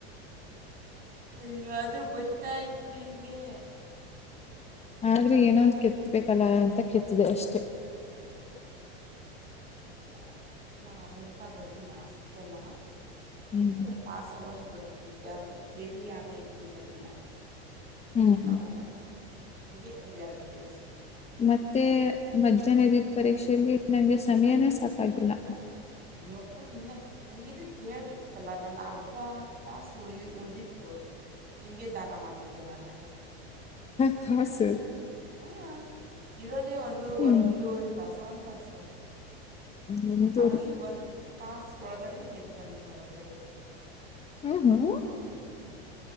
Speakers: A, on the right; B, on the left.
A: ಅಯ್ಯಾದರೂ ಬರಿತಾ ಇದ್ರರಿ ಹಾಗಗೆ
B: ಆದ್ರೆ ಏನೊಂದು ಕೆತ್ಬೇಕಲ್ಲ ಅಂತ ಕೆತ್ತಿದೆ ಅಷ್ಟೆ ಹ್ಮ
A: ಪ್ಪ ನಾವೆಂತ ಬರ್ದ ಲಾಸ್ಟ್ ಎಲ್ಲ
B: ಹ್ಮ್
A: ಅಷ್ಟೇ ಪಾಸಗೋಷ್ಟು ಬರ್ದಿದ್ದೆ ಅಂತರ ತೆರಿ ಆ ಟೈಪ್ ಬರ್ದಿಲ್ಲ
B: ಹ್ಮ್
A: ಅಷ್ಟ ತೊಂಡ ಇ ಹ ಒ ಪೇಜ
B: ಮತ್ತೆ ಮಧ್ಯಾಹ್ನ ಇದದಿದ್ದ ಪರೀಕ್ಷೆಯಲ್ಲಿ ನಂಗೆ ಸಮಯನ ಸಾಕ್ಕಾಗಿಲ್ಲ
A: ಅಯ್ಯಪ್ಪ ಇನ್ನು ಹಂಗಿದ್ರೆ ಕೇಳಬೇಕಿತ್ತಲ್ಲ ನನ್ನ ಅರ್ಧ ತಾಸು ಉಳಗಿ ಉಳ್ದಿತ್ತು ನಿಮಗೆ ದಾನ ಮಾಡ್ತಿದ್ದೆ ನಾನು
B: ಾಸ
A: ಹ ಇರೋದೇ ಒಂದು
B: ಹ್ಮ್
A: ಒಂದೂವರಿ ತಾಸ ಒಂದ್ ತಾಸ
B: ನಿಮ್ದೂರಿ
A: ಅದರಲ್ಲಿ ಒಂದು ತಾಸ ಒಳಗಡೆ ಎದ್ದು ಬಂದಿನೋ ಹೊರಗಡೆ
B: ಹ್ಮ ಹ್ಮ